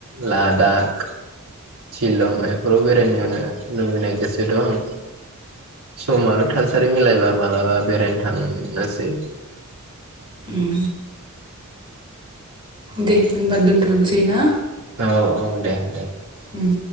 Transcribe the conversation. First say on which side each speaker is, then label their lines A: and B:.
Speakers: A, on the right (about 85°); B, on the right (about 20°).
A: लादाख शिलं बेफोराव बेरायनो लुबैनाय गोसो दं सम आरो थासारि मिलायबा मालाबा बेरायनो थांनोसै
B: उम दे होनबा दोनथ'नोसै ना
A: औ औ दे दे
B: उम